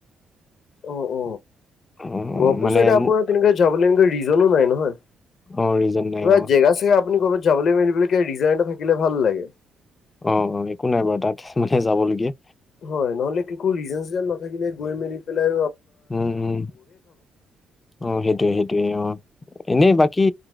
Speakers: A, on the left (about 65°); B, on the left (about 25°).
A: অ অ,
B: অ
A: গহপুৰ
B: মানে
A: চাইদে আপোনাৰ
B: মো-
A: তেনেকুৱা যাবলৈ এনে ৰিজনো নাই নহয়।
B: অ ৰিজন নাই
A: কিবা
B: অ
A: জেগা চেগা আপুনি ক'ৰবাত যাবলৈ মেলিবৰিজন এটা থাকিলে ভাল লাগে।
B: অ অ, একো নাই বাৰু তাত মানে যাবলগীয়া।
A: হয় নহলে একো ৰিজন চিজন নাথাকিলে গৈ মেলি পেলাই।
B: উম উম অ সেইটোৱে সেইটোৱে অ। এনেই বাকী